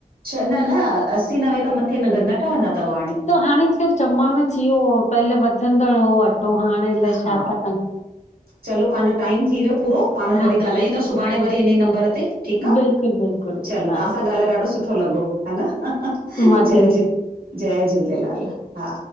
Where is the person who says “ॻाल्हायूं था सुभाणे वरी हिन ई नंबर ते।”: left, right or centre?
Right